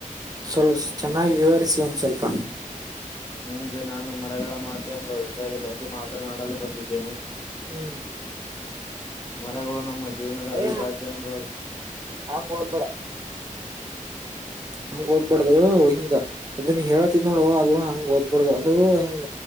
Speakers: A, on the right (about 25°); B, on the left (about 30°).
A: ಸ್ವಲ್ ಚೆನ್ನಾಗಿ ವಿವರಿಸಿ ಒಂದ ಸ್ವಲ್ಪ
B: ಇಂದು ನಾನು ಮರಗಳ ಮಹತ್ವ ಎಂಬ ವಿಷಯದ ಬಗ್ಗೆ ಮಾತನಾಡಲು ಬಂದಿದ್ದೇನೆ
A: ಹ್ಮ್
B: ಮರಗಳು ನಮ್ಮ ಜೀವನದ ಅವಿಭಾಜ್ಯಂಗ
A: ಏ ಹಂಗ್ ಓದ್ಬೇಡ ಹಂಗ್ ಓದ್ಬಡ್ದು ಹಿಂಗ ಅದ ನೀ ಹೇಳ್ತಿದ್ ನೋಡು ಅದು ಹಂಗ್ ಓದ್ಬಾರಡ್ದು ಅದು ಹಿಂಗ